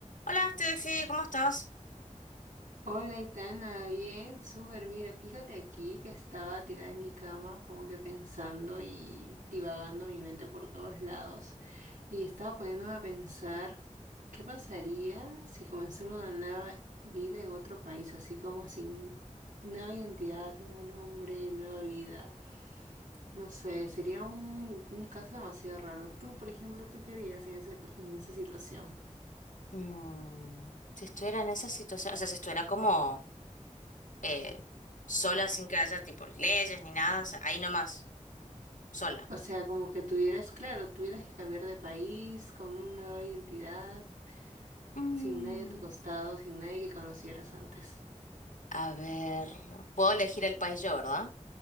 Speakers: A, on the left; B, on the right.
A: Hola, Steffi, ¿cómo estás?
B: Hola, Itana, bien, súper. Mira, fíjate aquí que estaba tirada en mi cama, como que pensando y divagando mi mente por todos lados. Y estaba poniéndome a pensar, ¿qué pasaría si comenzara una nueva vida en otro país, así como sin nueva identidad, nuevo nombre, nueva vida? No sé, sería un, un caso demasiado raro. Tú, por ejemplo, ¿tú qué harías en ese- en esa situación?
A: Mm, si estuviera en esa situación, o sea, si estuviera como eh, sola sin que haya tipo leyes ni nada, o sea, ahí nomás, sola.
B: O sea, como que tuvieras, claro, tuvieras que cambiar de país con una nueva identidad,
A: Mm,
B: sin nadie a tu costado, sin nadie que conocieras antes.
A: a ver, puedo elegir el país yo, ¿verdad?